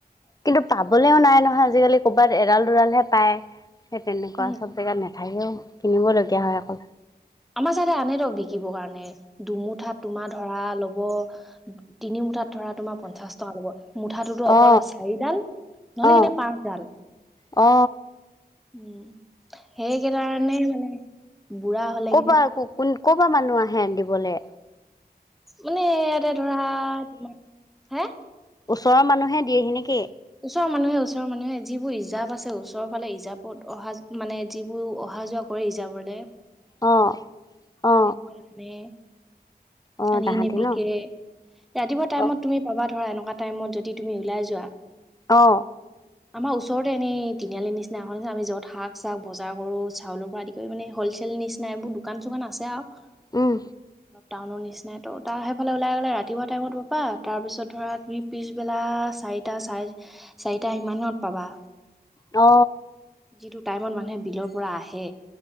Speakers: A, on the left; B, in the centre.
A: কিন্তু পাবলৈও নাই নহয় আজিকালি কৰবাত এদাল দুদালহে পায়। সেই তেনেকুৱা
B: উম
A: চব জেগাত নাথাকেও কিনিব লগগীয়া হয় অকল।
B: আমাৰ ছাইদে আনে ধক বিকিবৰ কাৰণে দুমুঠাত তোমাৰ ধৰা ল। ব তিনি মুঠাত ধৰা তোমাৰ পঞ্চাশ টকা ল'ব মুঠাতোত অকল
A: অ
B: চাৰিডাল। নহলে
A: অ
B: কিনে পাঁচ ডাল।
A: অ।
B: উম সেইকেটোকাৰণে মানে বুঢ়া হলে কিন।
A: কোৱা ক কোন ক'পা মানুহ আহে নিবলে।
B: মানে ইয়াতে ধৰা তোমাৰ হে।
A: ওচৰৰ মানুহে দিয়হি নেকি।
B: ওচৰ মানুহে ওচৰ মানুহে। যিবোৰ ৰিজাপ আছে ওচৰৰ ফালে ৰিজাপত অহা মানে যিবোৰ অহা যোৱা কৰে ৰিজাবলৈ।
A: অ। অ
B: সেইবোৰ আনে।
A: অ
B: আনি
A: তাহাঁতি
B: নি বিকে
A: ন
B: ৰাতিপুৱা টাইমত
A: অ
B: তুমি পাবা ধৰা এনেকুৱা। টাইমত যদি তুমি ওলাই যোৱা
A: অ
B: আমাৰ ওচৰতে এনেই। তিনিআলি নিচিনা এখন চা আমি য'ত শাক চাক বজাৰ কৰো চাউলৰ পৰা আদি কৰি মানে হলচেল নিচিনা এইবোৰ দোকান চোকান। নাছে আৱ
A: উম।
B: টাউনৰ নিচিনাই তো ত সেইফালে ওলাই গলে ৰাতিপুৱা টাইমত পাবা তাৰপিছত ধৰা তুমি পিছবেলা চা চাৰিটা চাৰে চাৰিটা সিমানত পাবা
A: অ
B: যিটো টাইমত মানুহে বিলৰ পৰা আহে।